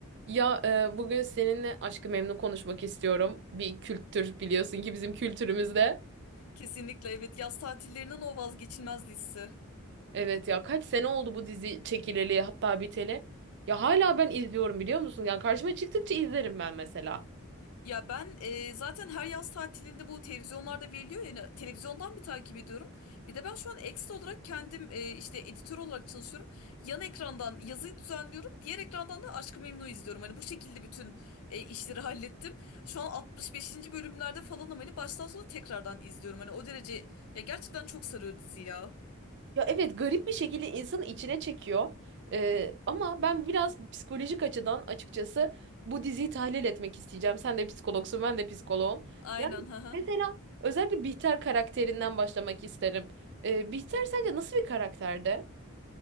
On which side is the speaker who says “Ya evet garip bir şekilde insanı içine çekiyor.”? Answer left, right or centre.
Right